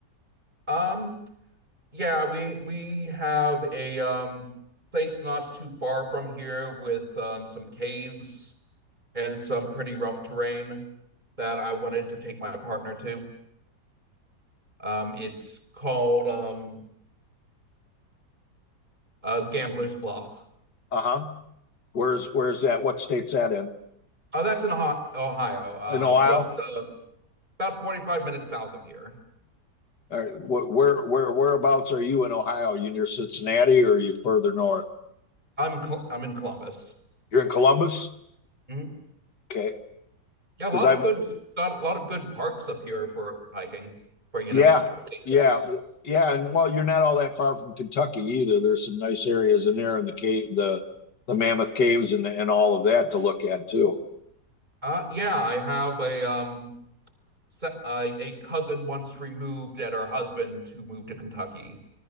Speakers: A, on the right (about 25°); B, on the left (about 75°).
A: Um, yeah, we we have a um place not too far from here with um some caves and some pretty rough terrain that I wanted to take my partner to. Um, it's called um, uh, Gambler's Bluff.
B: Uh-huh. Where's where's that? What state's that in?
A: Oh, that's in Ohio, um,
B: In Ohio?
A: just uh, about 45 minutes south of here.
B: Or wh- where where whereabouts are you in Ohio? You near Cincinnati or are you further north?
A: I'm Col I'm in Columbus.
B: You're in Columbus?
A: Mhm.
B: Okay.
A: Yeah,
B: Because
A: a lot
B: I've
A: of good a lot of good parks up here for hiking for you
B: Yeah,
A: know short day
B: yeah,
A: trips.
B: yeah. And well, you're not all that far from Kentucky either. There's some nice areas in there in the cave, the the Mammoth Caves and and all of that to look at too.
A: Uh, yeah, I have a um se- a, a cousin once removed and her husband who moved to Kentucky.